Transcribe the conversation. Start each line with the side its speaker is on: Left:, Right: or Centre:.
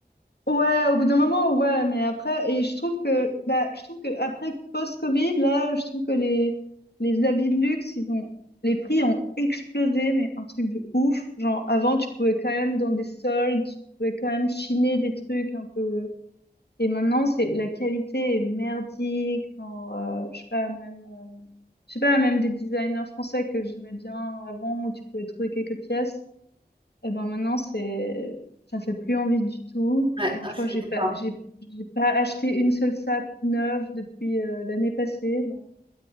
Left: Ouais, au bout d'un moment, ouais, mais après, et je trouve que, bah, je trouve que après post-Covid, là, je trouve que les, les habits de luxe, ils ont, les prix ont explosé, mais un truc de ouf. Genre, avant, tu pouvais quand même, dans des soldes, tu pouvais quand même chiner des trucs un peu, et maintenant, c'est, la qualité est merdique, genre, euh, je sais pas, même, euh, je sais pas, même des designers français que j'aimais bien avant, où tu pouvais trouver quelques pièces, et ben maintenant, c'est, ça me fait plus envie du tout.
Right: Ouais,
Left: Genre,
Right: ah,
Left: je
Right: je
Left: crois
Right: suis
Left: que j'ai
Right: d'accord.
Left: pas, j'ai, j'ai pas acheté une seule sape neuve depuis euh, l'année passée. Genre.